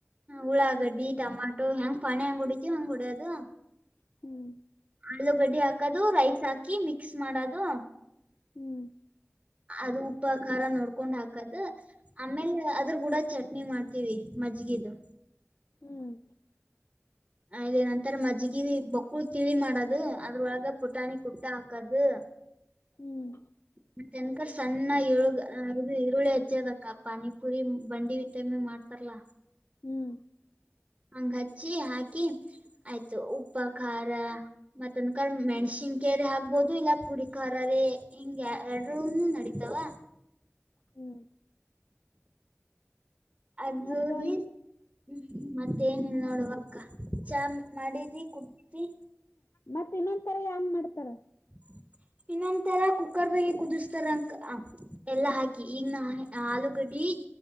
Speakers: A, on the right; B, on the left.
A: ಉುಳ್ಳಾಗಡ್ಡಿ
B: ಹ್ಮ್
A: ಟಮಾ ಹೆಂಗ್ ಪಣೆ ಹೆಂಗ್ ಹೊಡಿತವಿ ಹಂಗ್ ಹೊಡಿಯೋದು.
B: ಹ್ಮ್.
A: ಆಲೂಗಡ್ಡೆ ಹಾಕದು ರೈಸ್ ಹಾಕಿ ಮಿಕ್ಸ್ ಮಾಡೋದು.
B: ಹ್ಮ್.
A: ಅದು ಉಪ್ಪ ಆ ಖಾರ ನೋಡ್ಕೊಂಡ್ ಹಾಕದು ಆಮೇಲೆ ಅದ್ರ ಕೂಡ ಚಟ್ನಿ ಮಾಡ್ತೀವಿ. ಮಜ್ಗಿದು.
B: ಹ್ಮ್.
A: ಅದ ಏನ ನಂತರ ಮಜ್ಗಿ ಬೊಕ್ಕಳು ತಿಳಿ ಮಾಡದು ಅದ್ರೊಳಗ. ಪುಟಾಣಿ ಕುಟ್ಟ ಹಕದು.
B: ಹ್ಮ್ ಹ್ಮ್
A: ಮತ ಏನ ಅಕ್ಕ ಸಣ್ಣ ಏಳುಗ ಆ ಇದು ಈರುಳ್ಳಿ ಹಚ್ಚಿದ ಅಕ್ಕ ಪಾನಿಪುರಿ ಬಂಡಿ ಟೈಮ್ ನ್ಯಾಗ ಮಾಡ್ತಾರಲ್ಲ.
B: ಹ್ಮ್.
A: ಹಂಗ ಹಚ್ಚಿ ಹಾಕಿ ಆಯ್ತು ಉಪ್ಪ ಖಾರ ಮತ್ತೊಂದ ಕಾಳ ಮೆಣಸಿ ಹಂಗ ಕೇರಿ ಹಾಕ್ಬೋದು ಇಲ್ಲ ಪುಡಿ ಖಾರರೆ ಹಿಂಗ ಎರಡನು ನಡತಾವ.
B: ಹ್ಮ್.
A: ಅದು
B: ಮತ್ತ
A: ನೀ
B: ಇನ್
A: ಹ್ಮ್ ಮತ್ತೇಏನಿಲ್ಲ ನೋಡುವಕ್ಕ ಚಾ ಮಾಡಿದ್ರಿ ಕುಡದಿ
B: ಮತ್ತತ್ ಇನ್ನೊಂದ ತರಾ ಯಂಗ ಮಾಡ್ತಾರ
A: ಹ ಇನ್ನೊಂತರ ಕುಕ್ಕರ್ದಾಗಗೆ ಕುದಿಸತಾರಂಕ ಎಲ್ಲಾ ಹಾಕಿ ಈಗ ನ ಆಲೂಗಡ್ಡಿ